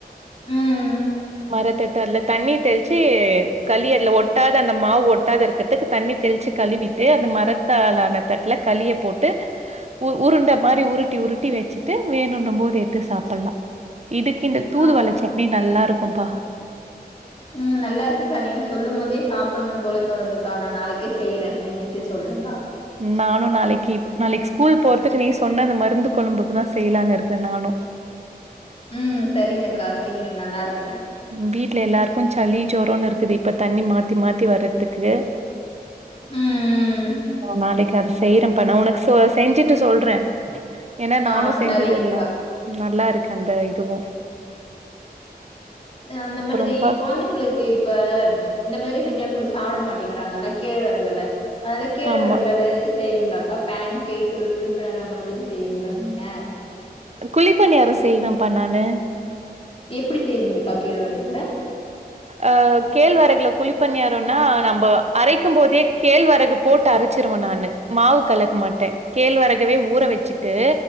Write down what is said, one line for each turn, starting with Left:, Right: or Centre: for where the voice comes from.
Left: ம்
Right: மரத்தட்டு அதுல தண்ணி தெளிச்சு கலி அதுல ஒட்டாது அந்த மாவு ஒட்டாது இருக்கிறத்துக்கு தண்ணி தெளிச்சு கழுவிட் அந்த மரத்தாளான தட்ல களிய போட்டு உ உருண்ட மாரி உருட்டி உருட்டி வெச்சுட்டு வேணுன்னும்போது எட்த்து சாப்பிட்லா இதுக்கு இந்த தூதுவள
Left: ஆமாங்க்கா
Right: சட்னி நல்லா இருக்கும்ப்பா
Left: ம் நல்லா இருக்குக்கா நீங்க சொல்லும் போதே சாப்பிட்ணுன் போல தோணுதுக்கா நா நாளைக்கே செய்றே செஞ்சிட்டு சொல்றேங்க்கா
Right: நானு நாளைக்கு நாளைக்கு ஸ்கூல் போறத்துக்கு நீ சொன்ன அந்த மருந்து கொழம்புதா செய்யலான்னு இருக்கிறே நானு
Left: ம் சரிங்கக்கா செய்யுங்க நல்லா இருக்கு
Right: ம் வீட்ல எல்லாருக்கு சளி ஜோரன்னு இருக்குது இப்ப தண்ணி மாத்தி மாத்தி வர்றதுக்கு
Left: ம் ம் ம்
Right: நாளைக்கு அத செய்யறம்பா நா உனக்கு சோ செஞ்சுட்டு சொல்றே ஏனா நானு
Left: ஆ
Right: செஞ்சதே
Left: சரிங்கக்கா
Right: இல்ல நல்லா இருக்கு அந்த இதுவு
Left: அ அந்த
Right: அப்புறம்ப்பா
Left: மாதிரி கொழந்தைங்களுக் இந்த இப்ப இந்த மாதிரி செஞ்சா கூட சாப்ட மாட்டிங்கிறாங்கல்ல கேழ் வெரகுல அதால கேழ்
Right: ஆமா.
Left: வெரகுல வேற எதாச்சு செய்வீங்களாக்கா பேன் கேக் இல்ல குழி பணியார அந்த மாதிரி செய்வீங்ளா நீங்க
Right: குழிப்பனியாரோ செய்வேம்ப்பா நானு
Left: எப்டி செய்வீங்கக்பா கேழ் வெரகுவல
Right: அ கேழ்வெரகுல குழிப்பணியாரன்னா நம்ம அரைக்கும் போதே கேழ்வெரகு போட்டு அரைச்சிருவோ நானு மாவு கலக்க மாட்டே கேழ்வெரகவே ஊற வெச்சுட்டு